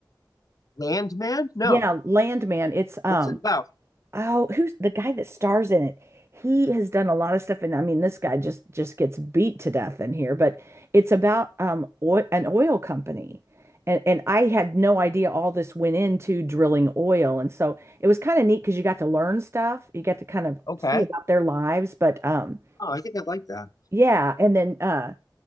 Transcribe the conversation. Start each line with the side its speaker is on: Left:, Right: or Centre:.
Left: Landman? No.
Right: Yeah, Landman. It's um
Left: What's it about?
Right: Oh, who's the guy that stars in it? He has done a lot of stuff, and I mean, this guy just just gets beat to death in here. But it's about um oil, an oil company, and and I had no idea all this went into drilling oil, and so it was kind of neat because you got to learn stuff, you got to kind of
Left: Okay.
Right: see about their lives. But um,
Left: Oh, I think I like that.
Right: yeah, and then uh,